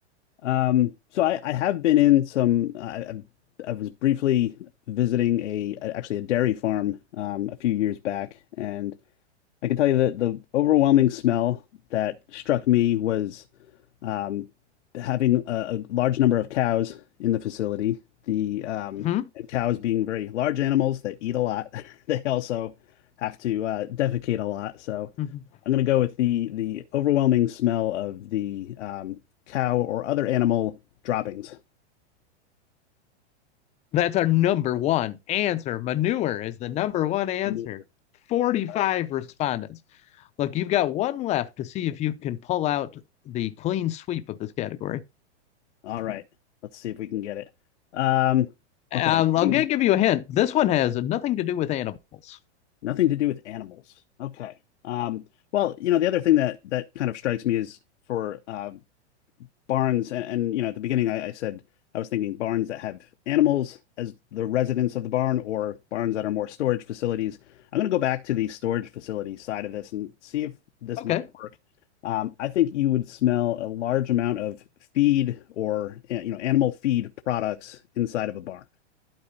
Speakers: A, on the left; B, on the left.
A: Um, So I, I have been in some. I, I I was briefly visiting a actually a dairy farm um, a few years back, and I can tell you that the overwhelming smell that struck me was um, having a a large number of cows in the facility. the um,
B: hmm
A: and Cows being very large animals that eat a lot, <laughs> they also have to uh, defecate a lot. So,
B: hmm
A: I'm going to go with the the overwhelming smell of the um, cow or other animal droppings.
B: That's our number one answer. Manure is the number one answer.
A: All
B: 45
A: right,
B: respondents. Look, you've got one left to see if you can pull out the clean sweep of this category.
A: All right. Let's see if we can get it. Um,
B: Um,
A: Okay. I'm thinking
B: I'm going to give you a hint. This one has nothing to do with animals.
A: nothing to do with animals. Okay. Um, Well, you know, The other thing that that kind of strikes me is for uh, barns and, and you know at the beginning I, I said I was thinking barns that have animals as the residents of the barn or barns that are more storage facilities. I'm going to go back to the storage facility side of this and see if this
B: Okay.
A: might work. Um, I think you would smell a large amount of feed or eh, you know animal feed products inside of a barn.